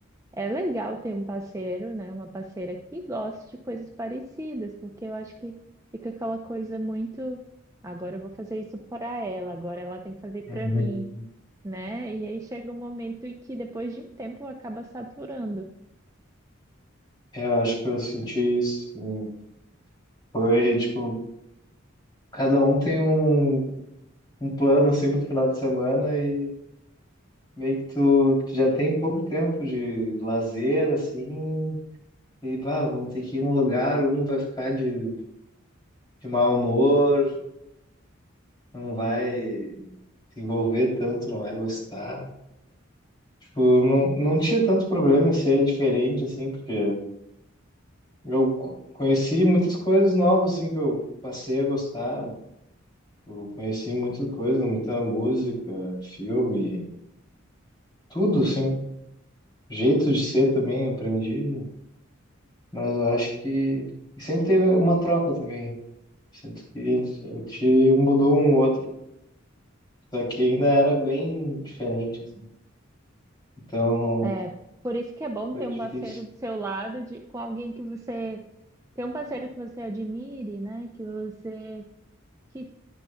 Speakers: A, on the right; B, on the left.
A: é legal ter um parceiro, né, uma parceira que goste de coisas parecidas, porque eu acho que fica aquela coisa muito, agora eu vou fazer isso para ela, agora ela tem que fazer para
B: uhum.
A: mim, né? E aí chega um momento em que depois de um tempo acaba saturando.
B: Eu acho que eu senti isso. sim. Foi tipo, cada um tem um, um plano assim pro final de semana e meio que tu, tu já tem pouco tempo de lazer assim. E bah, vamos ter que ir em um lugar, um vai ficar de, de mau humor, não vai se envolver tanto, não vai gostar. Tipo, não, não tinha tanto problema em ser diferente, assim, porque eu co- conheci muitas coisas novas, assim, que eu passei a gostar. Tipo, conheci muita coisa, muita música, filme, tudo, assim. Jeito de ser também, eu aprendi. Mas eu acho que e sempre teve uma troca também. Sinto que a gente mudou um outro. Só que ainda era bem diferente, assim. Então,
A: É, por isso que é bom
B: foi
A: ter
B: difícil.
A: um parceiro do seu lado, de, com alguém que você ter um parceiro que você admire, né? Que você que,